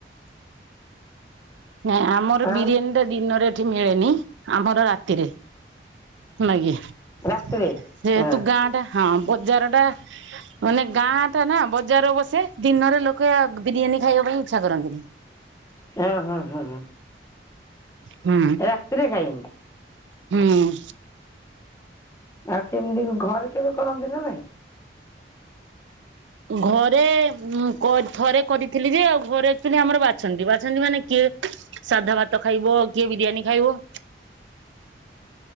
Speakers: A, on the right; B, on the left.
A: ନାଇଁ ଆମର
B: ଆଉ
A: ବିରିୟାନୀ ଟା ଏଠି ମିଳେନି, ଆମର ରାତିରେ <unintelligible>
B: ରାତିରେ
A: ଯେହେତୁ
B: ହଁ
A: ଗାଁ ଟା ହଁ ବଜରଟା। ମାନେ ଗାଁ ଟା ନା ବଜାର ବସେ ଦିନରେ ଲୋକେ ବିରିୟାନୀ ଖାଇବା ପାଇଁ ଇଚ୍ଛା କରନ୍ତିନି।
B: ହଁ ହଁ ହଁ ହଁ।
A: ହୁଁ
B: ରାତିରେ ଖାଇନ୍ତି
A: ହୁଁ।
B: ଆଉ କେମିତି ଘରେ କେବେ କରନ୍ତି ନା ନାଇଁ?
A: ଘରେ ଉ କ ଥରେ କରିଥିଲି ଯେ ଆଉ ଘରେ ଆକଚୁଆଲି ଆମର ବାଛନ୍ତି ବାଛନ୍ତି ମାନେ କିଏ ସାଧା ଭାତ ଖାଇବ କିଏ ବିରିୟାନୀ ଖାଇବ।